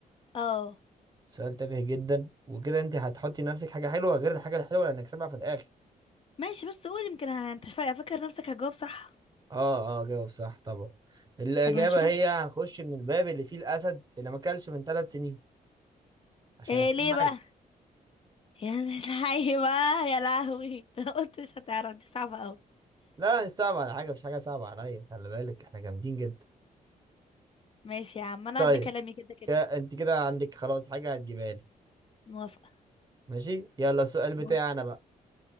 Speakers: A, on the left (about 40°); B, on the right (about 25°).
A: اه
B: سؤال تافه جدا وكده انت هتحطي لنفسك حاجة حلوة غير الحاجة الحلوة اللي هنكسبها في الاخر
A: ماشي بس قول يمكن ه- انت فا- فاكر نفسك هتجاوب صح
B: اه اه جاوب صح طبعا الاجابة
A: طب هنشوف
B: هي هنخش من الباب اللي فيه الاسد اللي ما اكلش من ثلاث سنين عشان
A: ايه
B: هيكون
A: ليه بقى
B: مات
A: <laughs> يا لهوي بقى يا لهوي <laughs> انا قلت مش هتعرف دي صعبة قوي
B: لا مش صعب على حاجة مش حاجة صعبة عليا خلي بالك احنا جامدين جدا
A: ماشي يا عم انا
B: طيب
A: قد كلامي كده كده
B: ك- انت كده عندك خلاص حاجة هتجيبها لي
A: موافقة
B: ماشي يلا السؤال بتاعي
A: مو-
B: انا بقى